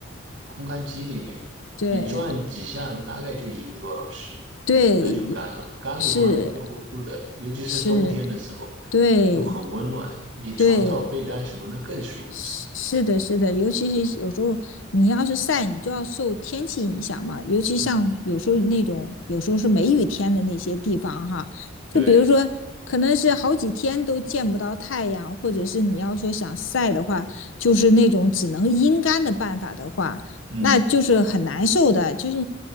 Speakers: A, on the right; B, on the left.
A: 烘干机里面，
B: 对
A: 你转几下子，大概就一个多小时，
B: 对
A: 那就干了。干了以后还热乎乎的，
B: 是
A: 尤其是冬天的时候，
B: 是，对
A: 就很温暖。你床罩、
B: 对
A: 被单什么的更是如此。
B: 是是的，是的，尤其是有时候你要是晒，你就要受天气影响嘛，尤其像有时候那种有时候是梅雨天的那些地方哈，
A: 嗯，
B: 就比如说可能是好几天都见不到太阳，
A: 对，
B: 或者是你要说想晒的话，就是那种只能阴干的办法的话。
A: 嗯，
B: 那就是很难受的。就是